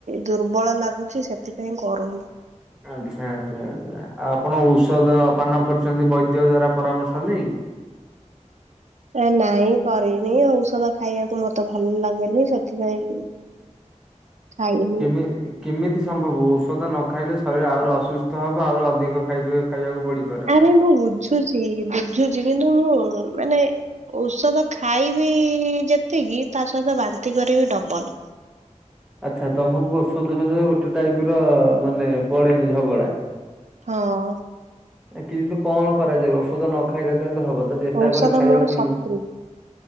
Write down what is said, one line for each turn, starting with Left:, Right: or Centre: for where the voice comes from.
Right: ଦୁର୍ବଳ ଲାଗୁଛି ସେଥିପାଇଁ କରୁନି।
Centre: ଆଚ୍ଛା ଆଚ୍ଛା ଆଛା ଆଉ ଆପଣ ଔଷଦ ପାନ କରୁଛନ୍ତି ବୈଦ୍ୟ ଦ୍ଵାରା ପରାମର୍ଶ ନେଇକି।
Right: ଆ ନାଇଁ କରିନି ଔଷଧ ଖାଇବାକୁ ମତେ ଭଲ ଲାଗେନି ସେଥିପାଇଁ ଖାଇନି
Centre: କେମି କେମିତି ସମ୍ଭବ ଔଷଧ ନ ଖାଇଲେ ଶରୀର ଆହୁରି ଅସୁସ୍ଥ ହବ। ଆହୁରି ଅଧିକ ଖାଇବେ ଖାଇବାକୁ ପଡ଼ିପାରେ।
Right: ଆରେ ମୁଁ ବୁଝୁଛି ବୁଝୁଛି କିନ୍ତୁ ମୁଁ ମାନେ ଔଷଧ ଖାଇବି ଯେତିକି ତା ସହିତ ବାନ୍ତି କରିବି ଡବଲ।
Centre: ଆଚ୍ଛା ତମକୁ ଔଷଧ <unintelligible> ଗୋଟେ ଟାଇପ ର ମାନେ ପଳେଇବି ଝଗଡ଼ା
Right: ହଁ
Centre: ଆ କି ଯେମୁ କଣ କରାଯାଏ ଔଷଧ ନ ଖାଇଲେ ତମିତି ହବ ତ ଚେଷ୍ଟା
Right: ଔଷଧ
Centre: କରି ଖାଇବାକୁ
Right: ମୋର
Centre: ପଡ଼ିବ।
Right: ଶତ୍ରୁ